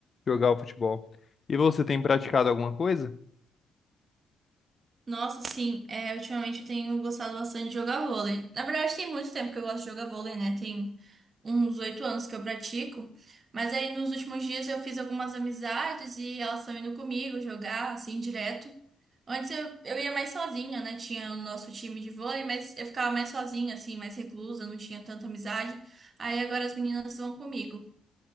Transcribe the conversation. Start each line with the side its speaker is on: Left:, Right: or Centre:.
Left: jogar o futebol. E você tem praticado alguma coisa?
Right: Nossa, sim, é, ultimamente eu tenho gostado bastante de jogar vôlei. Na verdade, tem muito tempo que eu gosto de jogar vôlei, né? Tem uns oito anos que eu pratico. Mas aí nos últimos dias eu fiz algumas amizades e elas estão indo comigo jogar, assim, direto. Antes eu, eu ia mais sozinha, né? Tinha o nosso time de vôlei, mas eu ficava mais sozinha, assim, mais reclusa, não tinha tanta amizade. Aí agora as meninas vão comigo.